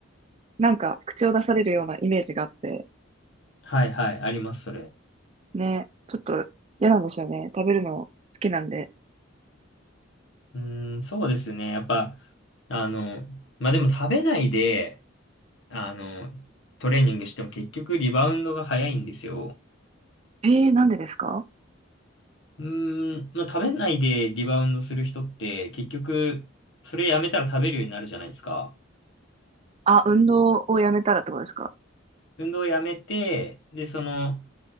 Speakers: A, on the right (about 30°); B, on the left (about 65°).
A: なんか口を出されるようなイメージがあって、
B: はいはい、あります、それ。
A: ね、ちょっと嫌なんですよね。食べるの好きなんで。
B: うーん、そうですね。やっぱ、あの、まあ、でも食べないで、あの、トレーニングしても結局リバウンドが早いんですよ。
A: えー、なんでですか
B: うーん、まあ、食べないでリバウンドする人って結局、それやめたら食べるようになるじゃないですか。
A: あ、運動をやめたらってことですか
B: 運動をやめて、で、その、